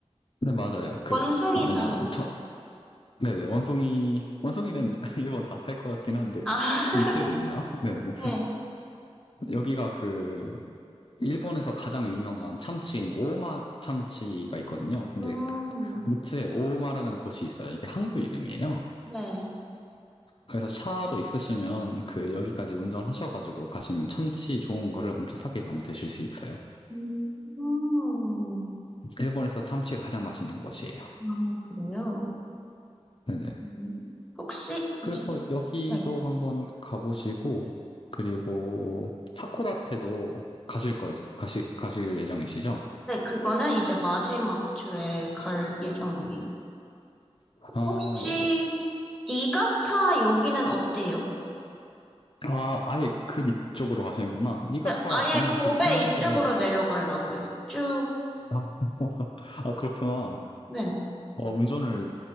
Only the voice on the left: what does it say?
네 맞아요. 그
뭐냐
저 네네 원숭이 원숭이는 <laughs> 일본 다 살 것 같긴 한데
무츠에도
있나? 네네
여기가 그 일본에서 가장 유명한 참치인 오마 참치가 있거든요. 근데
무트에 오오마라는 곳이 있어요. 이게 항구 이름이에요.
그래서 차도 있으시면 그 여기까지 운전하셔가지고 가시면 참치 좋은 거를 엄청 싸게 많이 드실 수 있어요.
일본에서 참치가 가장 맛있는 곳이에요.
네네.
그래서
여기도
한번 가보시고 그리고 하코다테도 가실 거 가시 가실 예정이시죠?
아,
네네.
아, 아예 그 밑쪽으로 가시는구나. 니가타
정말
좋긴 한데요.
아, <laughs> 아, 그렇구나.
어, 운전을